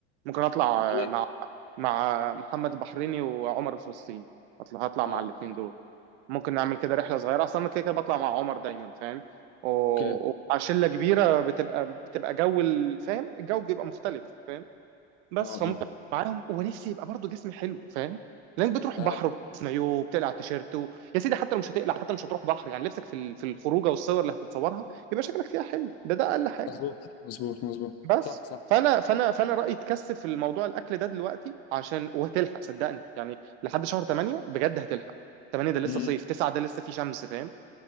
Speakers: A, on the right; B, on the left.
A: ممكن اطلع
B: الايه
A: آه، مع مع محمد البحريني وعمر الفلسطيني هطلع هطلع
B: اه
A: مع الاثنين دول ممكن نعمل كده رحله صغيره اصلا انا كده كده بطلع مع عمر دايما فاهم و-
B: اوكي
A: ومع شله كبيره بتبقى بتبقى جو ال- فاهم الجو بيبقى مختلف فاهم بس
B: اه
A: فممكن
B: اه
A: معاهم ونفسي يبقى برضه جسمي حلو فاهم لانك بتروح
B: اه
A: بحر وبتلبس مايو وبتقلع على التيشيرت و... يا سيدي حتى لو مش هتقلع حتى مش هتروح بحر يعني لبسك في ال- في الخروجه والصور اللي هتتصورها يبقى شكلك فيها حلو ده ده اقل حاجه
B: مظبوط مظبوط مظبوط
A: بس
B: صح صح
A: فانا فانا فانا رايي تكثف في الموضوع الاكل ده دلوقتي عشان وهتلحق صدقني يعني لحد شهر 8 بجد هتلحق 8 ده لسه
B: امم
A: صيف 9 ده لسه فيه شمس فاهم